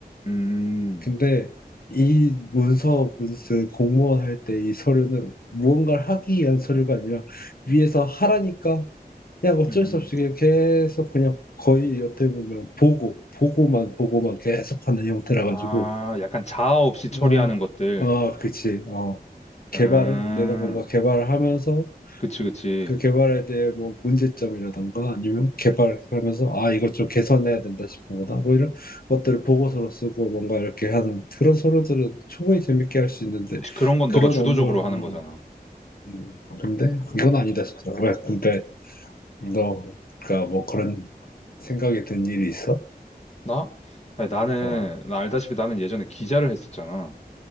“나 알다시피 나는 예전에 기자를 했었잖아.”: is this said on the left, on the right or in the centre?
Left